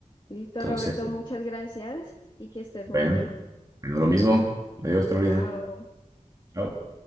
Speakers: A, on the left; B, on the right.
A: Listo,
B: Entonces,
A: Roberto, muchas gracias y que estés
B: bueno,
A: muy bien.
B: bueno, lo mismo. Adiós, Carolina.
A: Chao.
B: Chao.